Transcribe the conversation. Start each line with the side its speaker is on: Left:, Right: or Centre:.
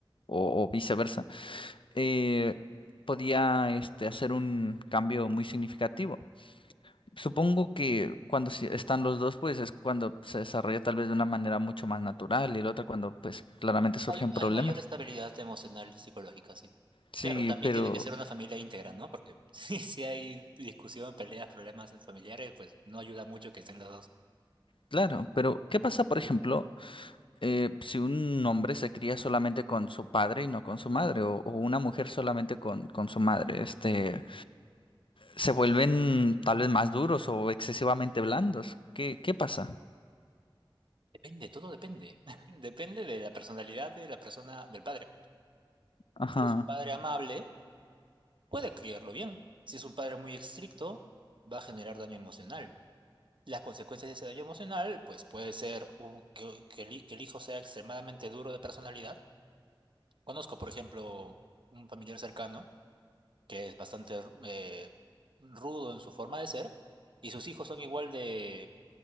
Left: o, o- o viceversa, eh, podía este, hacer un cambio muy significativo. Supongo que cuando sí están los dos, pues es cuando se desarrolla tal vez de una manera mucho más natural y la otra cuando pues claramente surgen
Right: Hay, hay
Left: problemas.
Right: mayor estabilidad emocional y psicológica, sí.
Left: Sí,
Right: Claro, también
Left: pero
Right: tiene que ser una familia íntegra, ¿no? Porque <laughs> si, si hay discusión, peleas, problemas familiares, pues no ayuda mucho que estén los dos.
Left: claro, pero ¿qué pasa, por ejemplo, eh, si un hombre se cría solamente con su padre y no con su madre o, o una mujer solamente con, con su madre? Este, se vuelven tal vez más duros o excesivamente blandos. ¿Qué, qué pasa?
Right: Depende, todo depende. <laughs> Depende de la personalidad de la persona, del padre.
Left: Ajá,
Right: Si es un padre amable, puede criarlo bien. Si es un padre muy estricto, va a generar daño emocional. Las consecuencias de ese daño emocional, pues puede ser un- que, que el hi- que el hijo sea extremadamente duro de personalidad. Conozco, por ejemplo, un familiar cercano que es bastante eh, rudo en su forma de ser, y sus hijos son igual de,